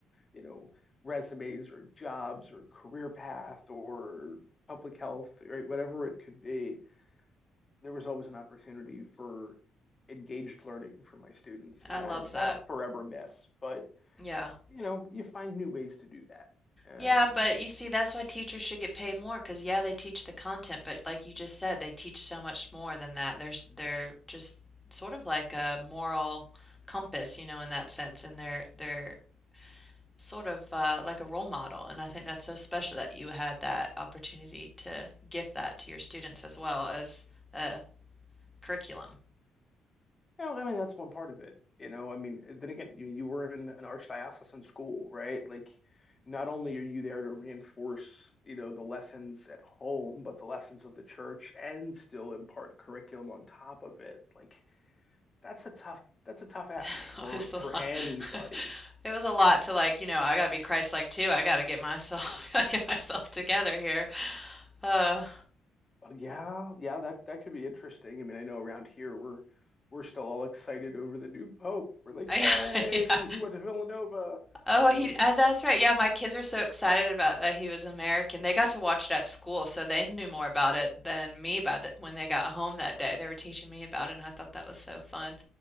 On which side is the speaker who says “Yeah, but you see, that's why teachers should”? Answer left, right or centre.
Centre